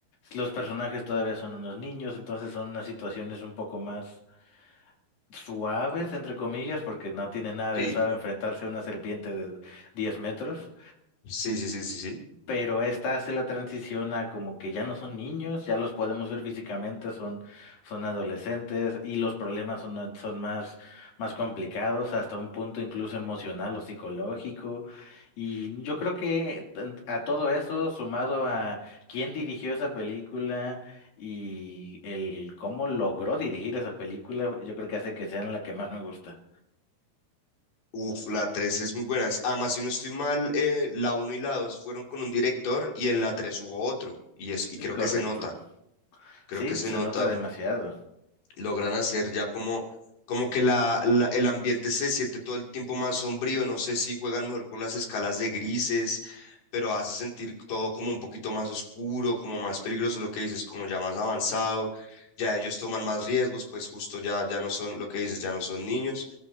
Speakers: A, on the left (about 65°); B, on the left (about 85°).
A: los personajes todavía son unos niños, entonces son unas situaciones un poco más suaves, entre comillas, porque no tiene nada
B: sí.
A: de suave enfrentarse a una serpiente de 10 metros,
B: Sí, sí, sí, sí, sí.
A: pero esta hace la transición a como que ya no son niños, ya los podemos ver físicamente, son, son adolescentes y los problemas son, son más, más complicados hasta un punto incluso emocional o psicológico. Y yo creo que tan- a todo eso, sumado a quién dirigió esa película, y el cómo logró dirigir esa película, yo creo que hace que sean la que más me gusta.
B: Uf, la 3 es muy buena. Además, si no estoy mal, eh, la uno y la 2 fueron con un director y en la 3 hubo otro. Y, es, y creo que
A: Correcto.
B: se nota, creo
A: Sí,
B: que se
A: se
B: nota.
A: nota demasiado.
B: Logran hacer ya como, como que la, la- el ambiente se siente todo el tiempo más sombrío. No sé si juegan mejor con las escalas de grises, pero hace sentir todo como un poquito más oscuro, como más peligroso, lo que dices, como ya más avanzado. Ya ellos toman más riesgos, pues justo ya, ya no son, lo que dices, ya no son niños